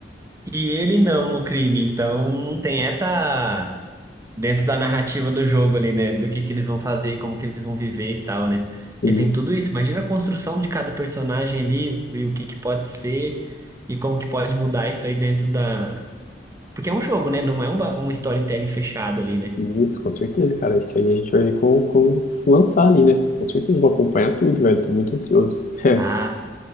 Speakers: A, on the right (about 20°); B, on the left (about 45°).
A: E ele não no crime, então tem essa dentro da narrativa do jogo ali, né? Do que que eles vão fazer, como que eles vão viver e tal, né? Porque tem
B: Isso,
A: tudo isso. Imagina a construção de cada personagem ali e o que que pode ser e como que pode mudar isso aí dentro da. Porque é um jogo, né? Não é um, ba- um storytelling fechado ali, né?
B: isso, com certeza, cara. Isso aí a gente vai ver com, com lançar ali, né? Com certeza, eu vou acompanhar tudo, velho. Tô muito ansioso. <laughs>
A: Ah,